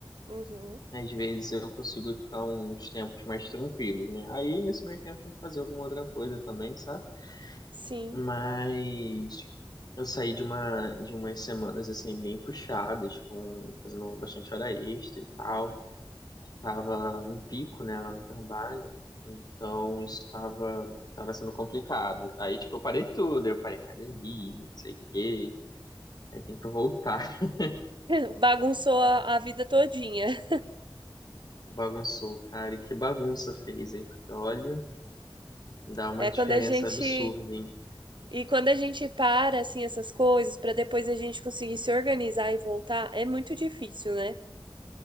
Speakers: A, on the right (about 65°); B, on the left (about 50°).
A: Uhum,
B: Às vezes eu consigo ficar uns tempos mais tranquilos, né? Aí nesse meio tempo eu tento fazer alguma outra coisa também, sabe?
A: sim.
B: Mas eu saí de uma de umas semanas assim bem puxadas, com fazendo bastante hora extra e tal, que tava em pico, né, lá no trabalho. Então isso tava, tava sendo complicado. Aí tipo eu parei tudo, eu parei academia, não sei o quê. Aí tem que voltar. <laughs>
A: <laughs> Bagunçou a, a vida todinha.
B: Bagunçou, cara. E que bagunça fez, hein? Porque olha. Dá uma
A: É
B: diferença
A: quando a gente
B: absurda, hein?
A: E quando a gente para assim essas coisas para depois a gente conseguir se organizar e voltar, é muito difícil, né?